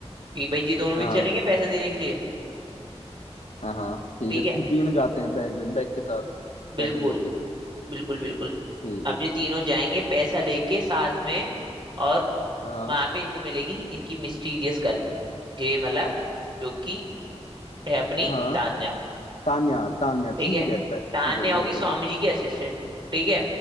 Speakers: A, on the right (about 45°); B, on the left (about 75°).
A: कि भाई ये दोनों भी
B: हाँ
A: चलेंगे पैसा देने के लिए
B: हाँ हाँ ठीक
A: ठीक
B: है
A: है
B: तीन जाते हैं बैग बैग के साथ
A: बिल्कुल
B: पैसे लेके
A: बिल्कुल बिल्कुल
B: ठीक
A: अब
B: है
A: ये तीनों जाएंगे पैसा लेके साथ में और
B: हाँ
A: वहां पे इनको मिलेगी इनकी मिस्टीरियस गर्ल ये मतलब जो कि है अपनी
B: हाँ
A: तान्या
B: तान्या तान्या
A: ठीक
B: ठीक
A: है
B: है त-
A: तान्या
B: ठीक है
A: होगी
B: ये ठीक
A: स्वामी
B: है
A: जी की असिस्टेंट ठीक है